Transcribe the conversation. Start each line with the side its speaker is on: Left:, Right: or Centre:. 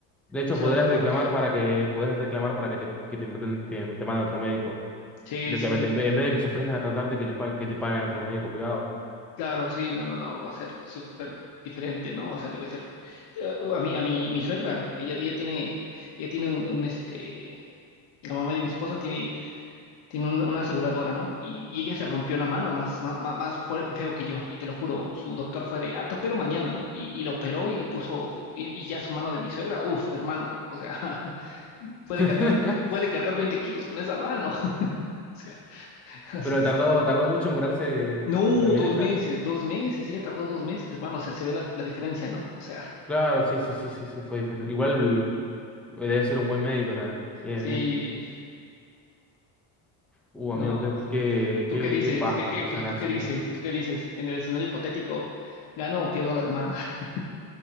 Centre: De hecho,
Left: a ser
Centre: podrás
Left: otra parte.
Centre: reclamar para que, podrás reclamar para que te, que te, manden- te, te manden a otro médico.
Left: Sí,
Centre: Directamente,
Left: sí, sí,
Centre: en vez, en vez de que se ofrezcan a tratarte, que, les pa- que te paguen a otro médico privado.
Left: claro, sí, no, no, no, va a ser súper diferente, ¿no? O sea, le voy a decir, eh, a mí, a mi, mi suegra, ella, ella tiene, ella tiene un, un, este, la mamá de mi esposa tiene tiene un- una aseguradora, ¿no? Y, y ella se rompió la mano más, más, más más fue- feo que yo, y te lo juro, su doctor fue de, ah, te opero mañana, ¿no? Y, y la operó y le puso, y, y ya su mano de mi suegra, uf, hermano, o sea, <laughs> puede
Centre: <laughs>
Left: cargar, puede cargar 20 kilos con esa mano, <laughs> o sea, entonces,
Centre: Pero tardó, tardó mucho en curarse
Left: no,
Centre: también
Left: dos
Centre: ella.
Left: meses, dos meses, ella tardó dos meses, hermano, o sea, se ve la, la diferencia, ¿no? O sea,
Centre: Claro, sí, sí, sí, sí, sí, fue diferente. Igual. Debe ser un buen médico también. Bien,
Left: sí,
Centre: bien. Uh,
Left: no.
Centre: amigo, qué, qué,
Left: ¿Tú
Centre: qué,
Left: qué dices?
Centre: qué paja
Left: ¿Qué, qué,
Centre: que
Left: qué,
Centre: sean
Left: tú
Centre: así.
Left: qué dices? ¿Tú qué dices? En el escenario hipotético, ¿gano o pierdo la demanda? <laughs>